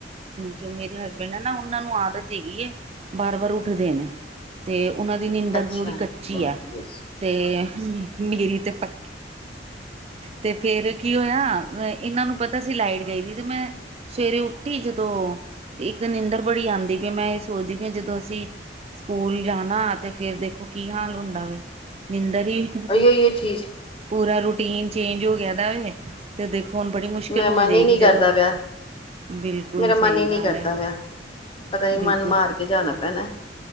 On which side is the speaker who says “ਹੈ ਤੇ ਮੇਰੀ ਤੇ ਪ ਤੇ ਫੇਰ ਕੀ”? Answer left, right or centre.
Right